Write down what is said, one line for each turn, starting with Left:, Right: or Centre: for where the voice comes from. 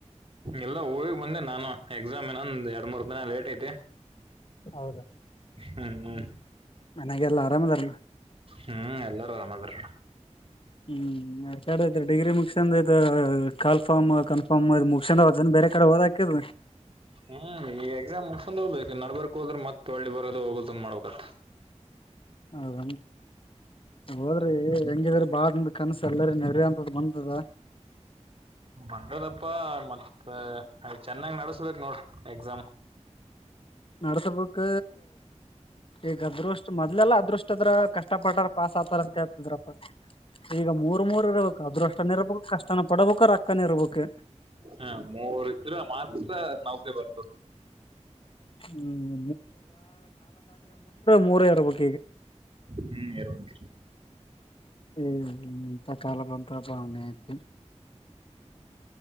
Right: ಎಲ್ಲ ಊರಿಗ್ ಬಂದೆ ನಾನು ಎಕ್ಸಾಮ್ ಏನೊಂದ್ ಎರಡ್ ಮೂರ್ ದಿನ ಲೇಟ್ ಐತಿ
Left: ಹೌದ
Right: ಹ್ಮ ಹೌ
Left: ಮನ್ಯಾಗೆಲ್ಲ ಆರಾಮದಾರಲ್ಲ
Right: ಹ್ಮ್ ಎಲ್ಲಾರು ಆರಾಮದಾರ
Left: ಹ್ಮ್ ಚಡ ಡಿಗ್ರಿ ಮುಗಸಂದ ಇ ಕಾಫಮ್ ಕನ್ಫರ್ಮ್ ಮುಕ್ಷೆ ಬೇ ಈ ಕಡೆ ಹೋದಾಕದ
Right: ಹ್ಮ್ ಈ ಎಕ್ಸಾಮ ಮುಗಿಸಿಕೊಂಡು ಹೋಗ್ಬೇಕು ನಡ್ಬರ್ಕ್ ಹೋದ್ರ ಮತ್ತತ್ ಒಳ್ಳೆ ಬರೋದು ಹೋಗದ ಮಾಡ್ಕತ್
Left: ಹೌದ ಹೋದ್ರಿ ಹೆಂಗಿದ್ರ ಬಾ ಕನಸ ಎಲ್ಲರ ನೆಡೆ ಅಂತದ್ ಬಂದಂತದ
Right: ಬಂಗರಪ್ಪ ಮತ್ತೆ ಅಯ ಚೆನ್ನಾಗ್ ನಡೆಸ್ಬೇಕು ನೋಡ್ರಿ ಎಕ್ಸಾಮ್
Left: ನಡ್ಸ್ಬೇಕಕ್ ಈಗ ಅದ್ರಷ್ಟ ಮೊದ್ಲೆಲ್ಲಾ ಅದ್ರಷ್ಟ ಅದ್ರ ಕಷ್ಟ ಪಟ್ಟಾರ ಪಾಸ್ ಆತಾರ ಅಂತ ಹೇಳ್ತದ್ರಪ್ಪ ಈಗ ಮೂರ್ ಮೂರ್ ಇರ್ಬೇಕು ಅದ್ರಷ್ಟನ ಇರ್ಬೇಕು ಕಷ್ಟನ ಪಡ್ಬೇಕ ರ ಅಕ್ಕನಿರ್ಬೇಕು
Right: ಹಾ ಮೂರುರ ಮಾತ್ರ ನೌಕರಿ ಬರ್ತದೆ
Left: ಹ್ಮ್ ಮೂರಾ ಇರಬೇಕು
Right: ಹ್ಮ್ ಎರರ ಹ
Left: ಹ್ಮ ಅಂತ ಕಾಲ ಬಂತ ಬಾವನ ತಿ